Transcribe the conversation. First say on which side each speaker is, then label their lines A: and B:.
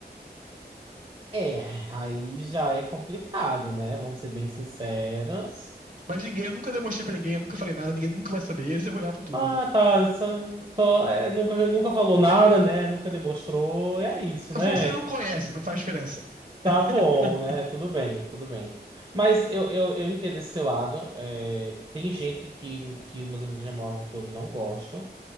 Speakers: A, on the right; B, on the right.
A: É, aí já é complicado, né? Vamos ser bem sinceros.
B: Mas ninguém, eu nunca demonstrei pra ninguém, eu nunca falei nada, ninguém nunca vai saber. Eles vão olhar pro túmulo.
A: Ah, tá. Só, só- é, nunca, nunca falou nada, né? Nunca demonstrou. É isso, né?
B: Você não conhece, não faz diferença.
A: Tá
B: <laughs>
A: bom, né? Tudo bem, tudo bem. Mas eu, eu, eu entendo esse seu lado. É, tem gente que, que meus amigos namoram que eu não gosto.